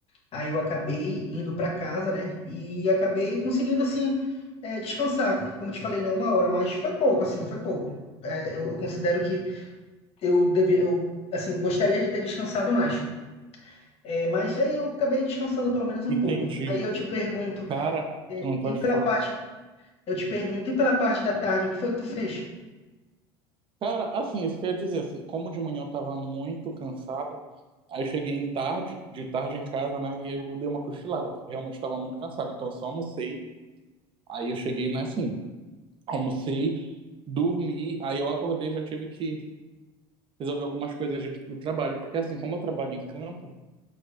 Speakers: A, on the left; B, on the right.
A: Aí eu acabei indo para casa, né? E acabei conseguindo, assim, é, descansar. Como eu te falei, né? Uma hora, mas foi pouco, assim, foi pouco. É, eu, eu considero que eu deve, eu, assim, gostaria de ter descansado mais. É, mas aí eu acabei descansando pelo menos um
B: Entendi.
A: pouco. Aí eu te pergunto,
B: Cara,
A: é,
B: não pode
A: e pela
B: falar.
A: parte, eu te pergunto, e pela parte da tarde, o que foi que tu fez?
B: Cara, assim, isso quer dizer, assim, como de manhã eu tava muito cansado, aí eu cheguei em tarde, de tarde em casa, né, e eu dei uma cochilada, porque realmente tava muito cansado, então eu só almocei, aí eu cheguei, né, assim, almocei, dormi, aí eu acordei, já tive que resolver algumas coisas de- do trabalho, porque assim, como eu trabalho em campo,